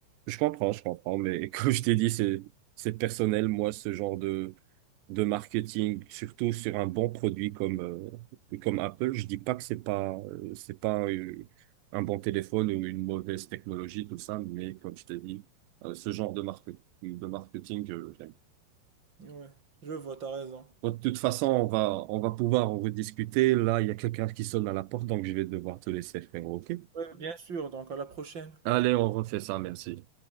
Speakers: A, on the right; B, on the right.
A: Je comprends, je comprends, mais <laughs> comme je t'ai dit, c'est, c'est personnel, moi, ce genre de, de marketing, surtout sur un bon produit comme, euh, comme Apple, je dis pas que c'est pas, euh, c'est pas euh, un bon téléphone ou une mauvaise technologie, tout ça, mais comme je t'ai dit, euh, ce genre de marketing, de marketing, euh, j'aime.
B: Ouais, je vois, t'as raison.
A: Bon, de toute façon, on va, on va pouvoir en rediscuter. Là, il y a quelqu'un qui sonne à la porte, donc je vais devoir te laisser, frérot, ok?
B: Ouais, bien sûr, donc à la prochaine.
A: Allez, on refait ça, merci.